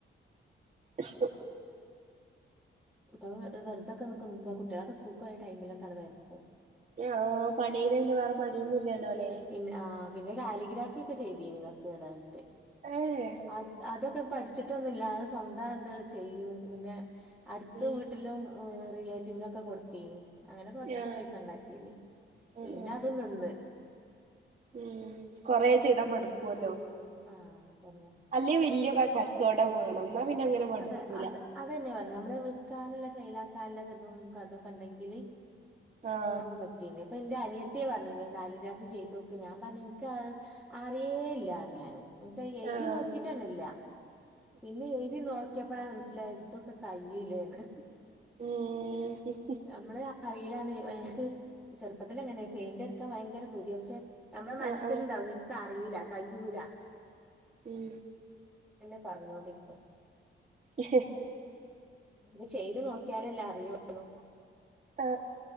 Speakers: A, on the right; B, in the centre.
A: ആ
B: ഇപ്പൊ വെറുതോക്കെ നിക്കുമ്പോ കുട്ട്യാളൊക്കെ സ്കൂക്ക് പോയ ടൈമിലൊക്കെ അങ്ങട്ട് വരക്കും
A: എം പണി കഴിഞ്ഞാ പിന്നെ വേറെ പണിയൊന്നും ഇല്ലല്ലോല്ലെ
B: പിന്നെ ആ പിന്നെ കാലിഗ്രാഫി ഒക്കെ ചെയ്തീനി കൊർച്ച് <unintelligible>
A: എ ഏ
B: അത് അതൊക്കെ പഠിച്ചിട്ടൊന്നുല്ല അത് സ്വന്തണ്ട് ചെയ്യും പിന്നെ അട്ത്ത്
A: ഉം
B: വീട്ട ട്ടിലും ഏ റിലേറ്റീവിനൊക്കെ കൊടുത്തീനി അങ്ങനെ കൊർച്ചൊക്കെ
A: ആഹ്
B: പൈസണ്ടാക്കിനി
A: ഉം
B: പിന്നത്
A: ഉം
B: നിന്ന്
A: ഉം കൊറെ ചെയ്താ മടുക്കുല്ലോ
B: ആ അതെന്നെ
A: അല്ലെ വെല്യ കച്ചോടം വാണം ന്നാ പിന്നെ അങ്ങനെ മടുക്കൂല
B: അതെ അത് അതെന്നെ പർഞ്ഞെ നമ്മള് വിക്കാന്ള്ള സെയ്ലാക്കാള്ളതൊക്കെ ണ്ടെങ്കില്
A: ആഹ്
B: ക്കെ പറ്റീനി പ്പൊ ന്റെ അനിയത്തി പറഞ്ഞീനി കാലിഗ്രാഫി ചെയ്തോക്ക് ഞാൻ പറഞ്ഞ് ഇൻക്കത് അറിയേല്ലർഞ്ഞ് ഞാന് ഇൻക്കത് എയ്തി
A: ആഹ്
B: നോക്കിട്ടെന്നെല്ല പിന്നെ എഴുതി നോക്കി ക്ക്യപ്പളാ മനസ്സിലായത് ഇതൊക്കെ കയ്യുല്ലേന്ന്
A: ഉം
B: ഞമ്മള് അറിയില്ലാന്ന് <unintelligible> ഇൻക്ക് ചെറുപ്പത്തിലങ്ങനെ പെയിന്റെട്ക്കാൻ ഭയങ്കര പൂതിയാ പക്ഷെ ഞമ്മളെ മനസ്സിലുണ്ടാവൂലെ
A: ആഹ് ആഹ്
B: ഇൻക്ക് അറീല്ല കയ്യൂല
A: ഉം
B: ന്നെ പറഞ്ഞോണ്ടിരിക്കും
A: ഹ ഹ
B: ഇത് ചെയ്ത് നോക്കിയാലല്ലേ അറിയോള്ളു.
A: ആ